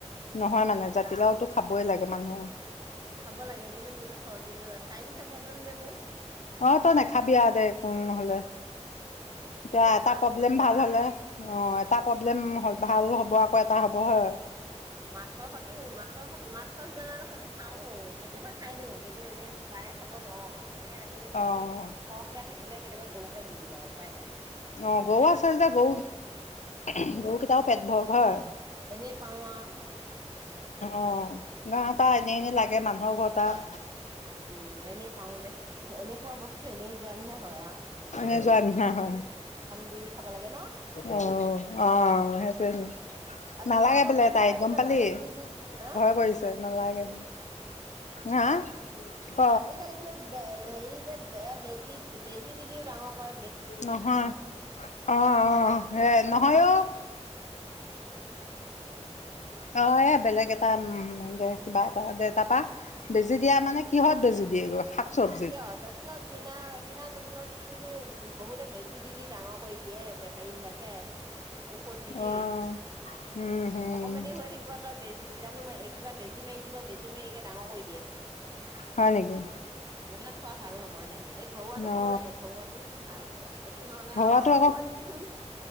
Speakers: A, on the left; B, on the right.
A: নহয় মানে। জাতিলাওটো খাবই লাগে মানুহে।
B: খাব লাগে। কিন্তু, মোৰ যে চৰ্দি হৈ চাইনেচৰ প্ৰব্লেম যে মোৰ।
A: অ'! তই নেখাবি আৰু দে। উম, নহ'লে। এতিয়া
B: তেও
A: এটা
B: খাও
A: প্ৰব্লেম
B: কেতিয়াবা।
A: ভাল হ'লে, অ'! এটা প্ৰব্লেম হ' ভাল হ'ব। আকৌ এটা হ'ব হয়।
B: মাছৰ সতি মাছৰ মাছ, চাছ বনালে সৈতে খাওঁ। কেতিয়াবা খাই দিওঁ। কিন্তু, এনেই পায়ে খাব নোৱাৰোঁ আৰু। এনে আজিলে কেনেকুৱা
A: অ',
B: <unintelligible> থাকিলে কেতিয়াবা গৰুকে দি দিওঁ আও উপায় নাই।
A: অ'! গৰু আছে যে গৰু গৰু
B: উম
A: কেইটাও পেট ভৰক। হয়।
B: এনেই পাওঁ আৰু।
A: অ'! গাঁৱত আও এনেই এনেই লাগে মানুহৰ ঘৰত আও।
B: উম, এনেই পাওঁ যে। এনেই পোৱা বস্তু এনেই যোৱা নিচিনা হয় আও।
A: এনেই যোৱা নিচিনা হয়।
B: দি দি খাব লাগে ন
A: অ'! অ'! সেইটোৱে,
B: আৰু
A: নালাগে
B: কিনা বস্তু
A: বোলে
B: বিলাক
A: তাইক
B: আজিকালি
A: গম পালি।
B: বেজি দি হা
A: ভয় কৰিছে নালাগে হা! ক
B: আজিকালি মানে <unintelligible> সেই যে এয়া বেজি, বেজি দি দি দিওঁ ডাঙৰ কয়!
A: নহয়। অ'! অ'! হে নহয় অ'! অ'! এ, বেলেগ এটা <unintelligible> দে কিবা এটা দে তাৰপা বেজি দিয়া মানে, কিহত বেজি দিয়েগৈ। শাক চবজিত
B: কিয় <unintelligible> কিনা, কিনা জাতিলাওটো বহুতে, বেজি দি, দি ডাঙৰ কৰি দিয়ে, বেপাৰী বিলাকে। ঔষধ দি
A: অ'!
B: দি
A: উম! হম
B: অকমানি হৈ থাকিব। তই বেজী বীজাণু <unintelligible> কিবা বেজী মাৰি দিব। বেজী মাৰি একে ডাঙৰ কৰি দিয়েচোন।
A: হয় নেকি
B: এইবিলাক খোৱা ভাল ন হয়, হে! এই ঘৰুৱাটো
A: অ
B: খাব লাগে, ঘৰুৱাটো ভাল। এইটো নহ'লে
A: ঘৰুৱাটো
B: আৰু
A: আকৌ
B: থৈ দিবিচোন!